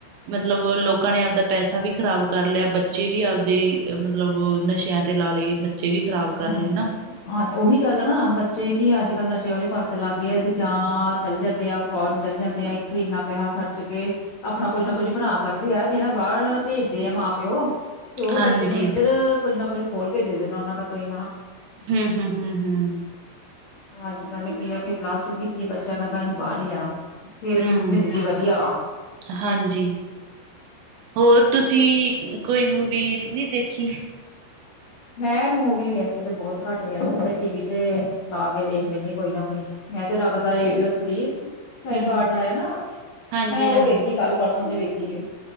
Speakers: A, on the right; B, on the left.
A: ਮਤਲਬ ਲੋਕਾਂ ਨੇ ਆਪਦਾ ਪੈਸਾ ਵੀ ਖ਼ਰਾਬ ਕਰ ਲਿਆ, ਬੱਚੇ ਵੀ ਆਪਦੇ ਦੇ ਮਤਲਬ ਨਸ਼ਿਆਂ ਤੇ ਲਾ ਲਏ ਬੱਚੇ ਵੀ ਖ਼ਰਾਬ
B: ਹੂੰ।
A: ਕਰ ਲਏ ਹਨਾ
B: ਹਾਂ ਉਹੀ ਕਹੇਲੋ ਨਾ, ਬੱਚੇ ਕਿ ਅੱਜ-ਕੱਲ ਨਸ਼ੇ ਵਾਲੇ ਪਾਸੇ ਲੱਗ ਗਏਆ ਜਾਂ ਚੱਲ ਜਾਂਦੇ ਆ। ਫੋਰਨ ਚੱਲ ਜਾਂਦੇ ਆ, ਇੱਥੇ ਇੰਨਾ ਪੈਸਾ ਖਰਚ ਕੇ ਆਪਣਾ ਕੁੱਝ ਨਾ ਕੁੱਝ ਬਣਾ ਸਕਦੇ ਆ, ਜਿਹੜਾ ਬਾਹਰ ਭੇਜਦੇ ਆ ਮਾਂ-ਪਿਓ। ਤੇ ਉਹ
A: ਹਾਂਜੀ।
B: ਬੱਚੇ ਨੂੰ ਇੱਧਰ ਕੁੱਝ ਨਾ ਕੁੱਝ ਖੋਲਕੇ ਦੇ ਦੇਣਾ, ਉਹਨਾਂ ਦਾ ਕੋਈ
A: ਹੂੰ, ਹੂੰ, ਹੂੰ, ਹੂੰ।
B: ਅੱਜ-ਕੱਲ੍ਹ ਕੀ ਆ ਕਿ ਪਲਸ ਟੂ ਕੀਤੀ ਬੱਚਾ ਕਹਿੰਦਾ, ਅਸੀਂ ਬਾਹਰ ਹੀ ਜਾਣਾ ਫੇਰ
A: ਹੂੰ।
B: ਜ਼ਿੰਦਗੀ ਵਧੀਆ ਵਾ
A: ਹਾਂਜੀ। ਹੋਰ ਤੁਸੀਂ ਕੋਈ ਮੂਵੀ ਨਹੀਂ ਦੇਖੀ
B: ਮੈਂ ਮੂਵੀ ਵੈਸੇ ਤੇ ਬਹੁਤ ਘੱਟ ਵੇਖ ਟੀ ਵੀ ਤੇ ਲਾਕੇ ਵੇਖ ਲੇਨੀ ਆ, ਕੋਈ ਨਾ ਕੋਈ ਮੈਂ ਤੇ ਰੱਬ ਦਾ ਰੇਡੀਓ ਥਰੀਪ ਸ਼ਾਇਦ ਪਟ
A: ਹੂੰ।
B: ਆਇਆ ਨਾ,
A: ਹਾਂਜੀ,
B: ਮੈਂ ਓ
A: ਹਾਂਜੀ
B: ਵੇਖੀ ਕੱਲ-ਪਰਸੋਂ ਜੇ ਵੇਖੀ ਓ